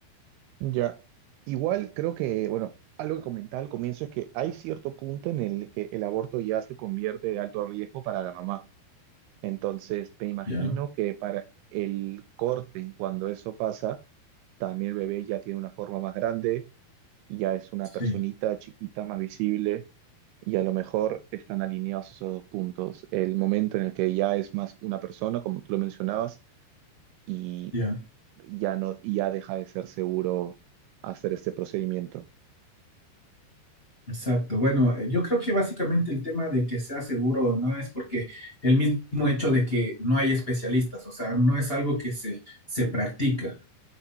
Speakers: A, on the right; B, on the left.
A: Ya. Igual creo que, bueno, algo que comentaba al comienzo es que hay cierto punto en el que el aborto ya se convierte de alto riesgo para la mamá. Entonces, te imagino
B: ¿ya?
A: que para el corte, en cuando eso pasa, también el bebé ya tiene una forma más grande, ya es una
B: Sí,
A: personita chiquita, más visible, y a lo mejor están alineados esos dos puntos. El momento en el que ya es más una persona, como tú lo mencionabas, y
B: ya.
A: ya no, y ya deja de ser seguro hacer este procedimiento.
B: Exacto. Bueno, eh, yo creo que básicamente el tema de que sea seguro no es porque el mismo hecho de que no hay especialistas, o sea, no es algo que se, se practica.